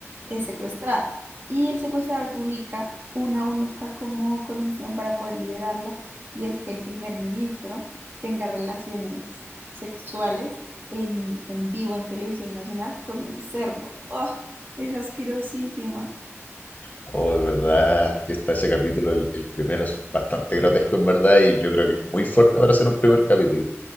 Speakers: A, on the right; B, on the left.
A: es secuestrada y el secuestrador publica una única como condición para poder liberarla y es que el primer ministro tenga relaciones sexuales en, en vivo en televisión nacional con un cerdo. ¡Oh! Es asquerosísima.
B: Oh, de verdad que está ese capítulo, el, el primero es bastante grotesco en verdad y yo creo que es muy fuerte para ser un primer capítulo.